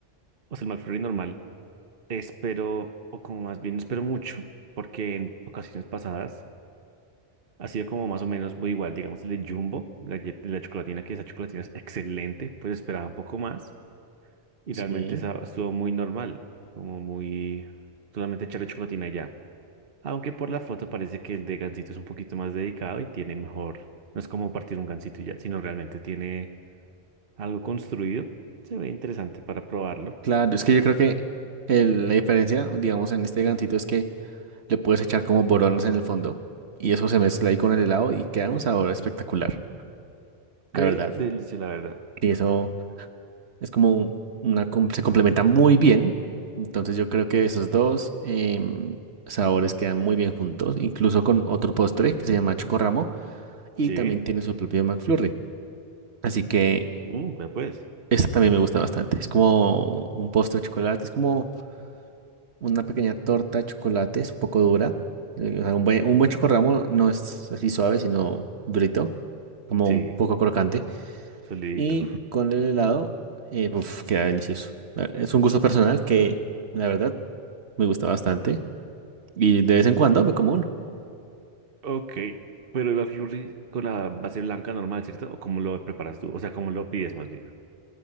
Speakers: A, on the right (about 60°); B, on the right (about 75°).
A: o sea, el McFlurry normal, te espero, o como más bien no espero mucho, porque en ocasiones pasadas Ha sido como más o menos muy igual, digamos, el de Jumbo, la, ye- la chocolatina, que esa chocolatina es excelente, pues esperaba un poco más y
B: Sí.
A: realmente esa estuvo muy normal, como muy solamente echarle chocolatina y ya. Aunque por la foto parece que el de Gansito es un poquito más dedicado y tiene mejor, no es como partir un Gansito y ya, sino realmente tiene algo construido. Se ve interesante para probarlo.
B: Claro, es que yo creo que el- la diferencia, digamos, en este gansito es que le puedes echar como boronas en el fondo y eso se mezcla ahí con el helado y queda un sabor espectacular, la
A: Qué
B: verdad.
A: delicia, la verdad.
B: Y eso. Es como una, com- se complementa muy bien. Entonces yo creo que esos dos em, sabores quedan muy bien juntos, incluso con otro postre que se llama Chocorramo y
A: Sí,
B: también tiene su propio McFlurry. Así que
A: mm, ya pues.
B: esta también me gusta bastante. Es como un postre de chocolate, es como una pequeña torta de chocolate, es un poco dura. Eh, o sea, un buen, un buen Chocorramo no es así suave, sino durito, como
A: Sí,
B: un poco crocante.
A: solidito.
B: Y con el helado, eh, uf, queda delicioso. La- Es un gusto personal que, la verdad, me gusta bastante. Y de vez en cuando me como uno.
A: Ok, pero el McFlurry con la base blanca normal, ¿cierto? ¿O cómo lo preparas tú? O sea, ¿cómo lo pides más bien?